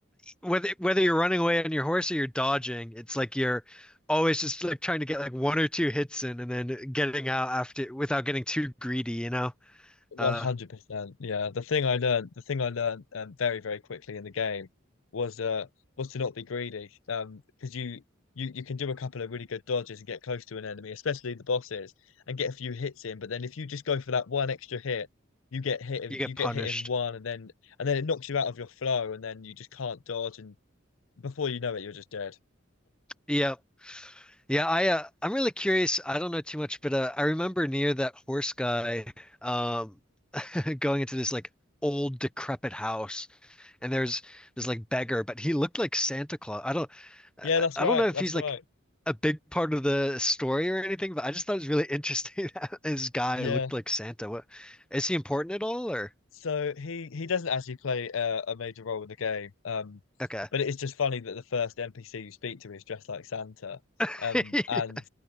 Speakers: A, in the centre; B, on the left.
A: whether whether you're running away on your horse or you're dodging, it's like you're always just like trying to get like one or two hits in and then getting out after without getting too greedy, you know?
B: 100%.
A: Uh
B: Yeah. The thing I learned, the thing I learned um, very, very quickly in the game was uh was to not be greedy. Um, because you you you can do a couple of really good dodges and get close to an enemy, especially the bosses, and get a few hits in. But then if you just go for that one extra hit, you get hit in,
A: you get
B: you get
A: punished.
B: hit in one, and then and then it knocks you out of your flow, and then you just can't dodge, and before you know it, you're just dead.
A: Yeah. Yeah, I uh, I'm really curious. I don't know too much, but uh, I remember near that horse guy um <laughs> going into this like old decrepit house and there's this like beggar, but he looked like Santa Claus. I don't, I
B: Yeah, that's
A: I
B: right.
A: don't know if
B: That's
A: he's
B: right.
A: like a big part of the story or anything, but I just thought it was really interesting <laughs> that this guy
B: Yeah.
A: looked like Santa. What is he important at all or
B: So he he doesn't actually play uh, a major role in the game, um,
A: okay.
B: but it is just funny that the first NPC you speak to is dressed like Santa,
A: <laughs>
B: um, and